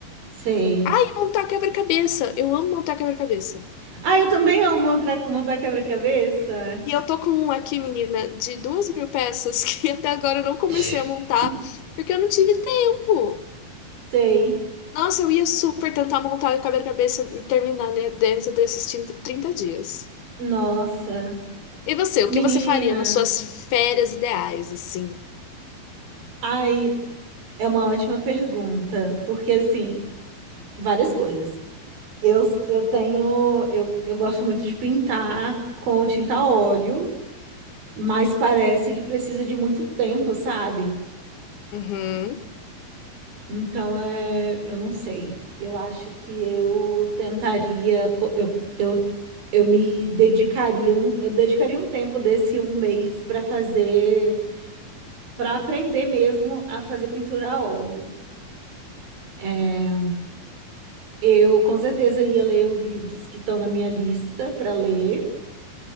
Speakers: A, on the right; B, on the left.
A: sei.
B: E montar quebra-cabeça. Eu amo montar quebra-cabeça.
A: Ah, eu também amo montar, montar quebra-cabeça.
B: E eu tô com um aqui, menina, de duas mil peças <laughs> que até agora eu não comecei
A: <laughs>
B: a montar porque eu não tive tempo.
A: Sei.
B: Nossa, eu ia super tentar montar o quebra-cabeça e terminar ne- dentro desses 30 30 dias.
A: Nossa.
B: E você, o
A: Menina.
B: que você faria nas suas férias ideais, assim?
A: Ai, é uma ótima pergunta. Porque, assim, várias coisas. Eu, eu tenho. Eu, eu gosto muito de pintar com tinta a óleo, mas parece que precisa de muito tempo, sabe?
B: Uhum. <laughs>
A: Então, é, eu não sei. Eu acho que eu tentaria, co- eu, eu, eu me dedicaria, um- eu dedicaria um tempo desse um mês para fazer, para aprender mesmo a fazer pintura a óleo. É, eu com certeza ia ler os livros que estão na minha lista para ler. <laughs>